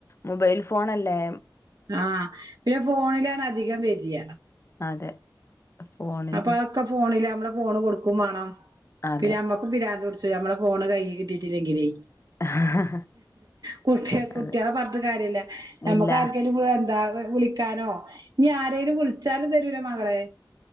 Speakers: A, on the left (about 35°); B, on the right (about 55°).
A: മൊബൈൽ ഫോൺ ണല്ലേ
B: ആഹ പിന്നെ ഫോണിലാണ് അധികം വരിയ
A: അതെ ഫോണില്
B: അപ്പൊ അതക്കെ ഫോണില നമ്മള് ഫോണ് കൊടുക്കും വേണം
A: അതെ
B: പിന്നെ അമ്മക്കും പിരാന്തു പു നമ്മളെ ഫോണ് കൈയ്യിൽ കിട്ടിട്ടില്ലെങ്കിലേ
A: <unintelligible>
B: കുട്ടികളെ
A: അതെ
B: പാറഞ്ഞിട്ട് കാര്യല്ല നമ്മക്
A: ഇല്ല
B: ആർക്കലും <unintelligible> എന്താ വിളിക്കാനോ ഇനി ആരേലും വിളിച്ചാലും തരൂല മകളെ